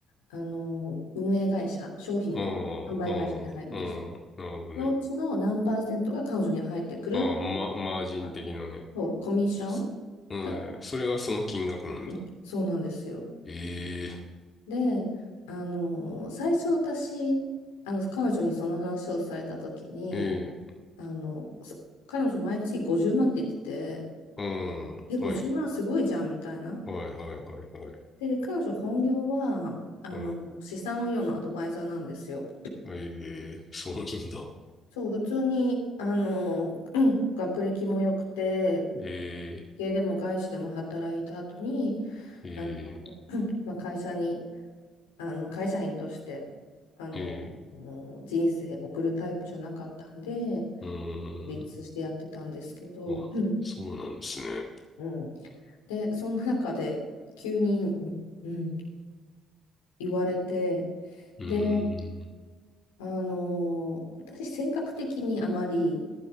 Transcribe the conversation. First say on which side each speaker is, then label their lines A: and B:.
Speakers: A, on the left; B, on the left.
A: あの、運営会社、商品の販売会社に入るんです。
B: ああ、ああ、ああ、なるほどね。
A: のうちの何パーセントが彼女に入ってくるっていう、
B: ああ、ま、マージン的なね。
A: まあそう、コミッション
B: すうん、
A: が、
B: それがその金額なんだ。
A: うん、そうなんですよ。
B: ええ、
A: で、あの、最初私、あの、彼女にその話をされた時に、
B: ええ、
A: あの、そ彼女毎月50万って言ってて、
B: うん、
A: え、50万すごいじゃんみたいな。
B: はい、はい、はい、はい、はい、
A: で、彼女本業は、あの、
B: はい。
A: 資産運用のアドバイザーなんですよ。
B: ええ、そうなんだ。
A: そう、普通に、あの、<clears throat> うん学歴も良くて、
B: ええ、
A: 家でも外資でも働いた後に、
B: え
A: あの、
B: え、
A: <clears throat> うんまあ、会社にあの会社員としてあのもう人生送るタイプじゃなかったんで
B: ええ、うーん。
A: 孤立してやってたんですけど、
B: あ、
A: うん
B: そうなんですね。
A: うん、でそんな中で急に、うん言われて
B: うーん。
A: であの私性格的にあまり